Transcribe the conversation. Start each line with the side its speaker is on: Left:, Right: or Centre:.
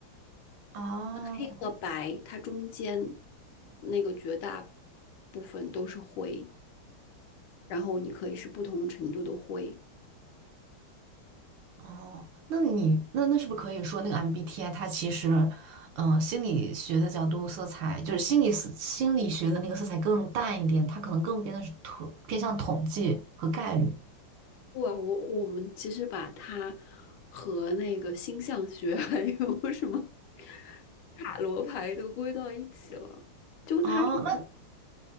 Right: 哦，
Left: 黑和白，它中间那个绝大部分都是灰，然后你可以是不同程度的灰。
Right: 哦，那你那那是不是可以说那个 MBTI 它其实，嗯、心理学的角度色彩就是心理思心理学的那个色彩更淡一点，它可能更偏的是统偏向统计和概率。
Left: 哇，我我们其实把它和那个星象学 <laughs> 还有什么塔罗牌都归到一起了，就它是。
Right: 哦，那